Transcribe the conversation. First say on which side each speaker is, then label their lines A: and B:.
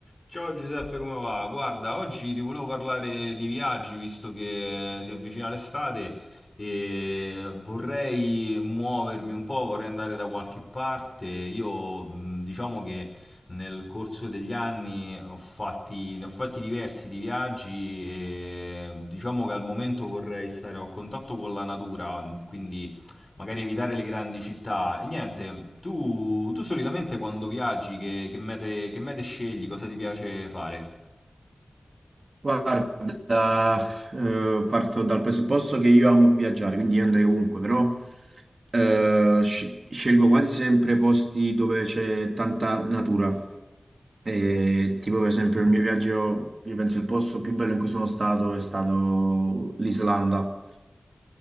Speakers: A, on the left; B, on the right.
A: Ciao Giuseppe, come va? Guarda, oggi ti volevo parlare di viaggi visto che si avvicina l'estate e vorrei muovermi un po', vorrei andare da qualche parte. Io mh, diciamo che nel corso degli anni ho fatti, ne ho fatti diversi di viaggi e diciamo che al momento vorrei stare a contatto con la natura, quindi magari evitare le grandi città. E niente, tu, tu solitamente quando viaggi, che, che mete, che mete scegli, cosa ti piace fare?
B: Guarda, eh, parto dal presupposto che io amo viaggiare, quindi io andrei ovunque, però eh, sci- scelgo quasi sempre posti dove c'è tanta natura. E, tipo per esempio il mio viaggio, io penso il posto più bello in cui sono stato è stato l'Islanda.